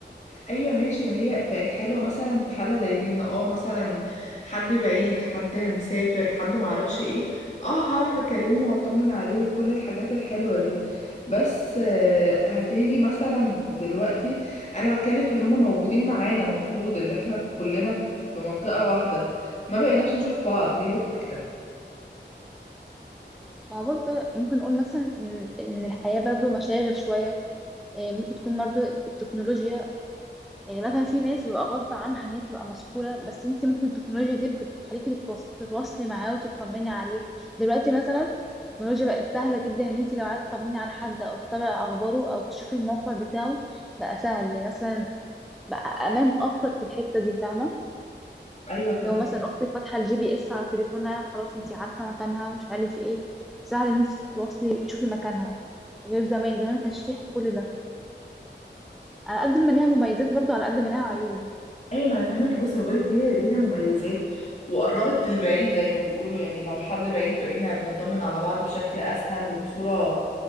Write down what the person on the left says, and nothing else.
ايوه ماشي ما هي بقت حلوه مثلا في حاله زي دي ان اه مثلا حد بعيد حد مسافر حد معرفش ايه اه هعرف اكلمه واطمن عليه وكل الحاجات الحلوه دي بس آه، هتيجي مثلا دلوقتي انا بتكلم في اللي هما موجودين معانا المفروض اللي احنا كلنا في منطقه واحده ما بقيناش نشوف بعض هي دي الفكره
ايوه فاهمه
ايوه ما انا فاهمك بصي ما بقولك هي ليها مميزات وقربت البعيد زي ما بيقولوا يعني لو حد بعيد بقينا بنطمن على بعض بشكل اسهل وبصوره